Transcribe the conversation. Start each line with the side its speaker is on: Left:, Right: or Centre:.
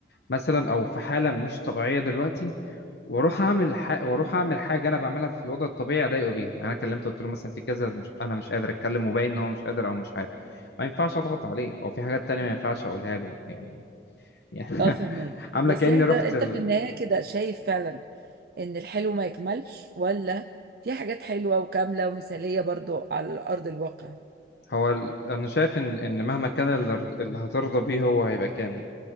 Left: مثلا او في حاله مش طبيعيه دلوقتي واروح اعمل ح... واروح اعمل حاجه انا بعملها في الوضع الطبيعي اضايقه بيها يعني انا كلمته قلت له مثلا في كذا مش... انا مش قادر اتكلم وباين ان هو مش قادر او مش عارف ما ينفعش اضغط عليه او في حاجات تانية
Right: مم.
Left: ما ينفعش اقولها له يعني يعني <laughs>
Right: اه فهمك
Left: عامله
Right: بس
Left: كاني
Right: يعني
Left: رحت
Right: ده انت
Left: ال...
Right: في النهاية كده شايف فعلا ان الحلو ما يكملش ولا في حاجات حلوة وكاملة ومثالية برضو على أرض الواقع
Left: هو ال... انا شايف ان ان مهما كان اللي اللي هترضى بيه هو هيبقى كامل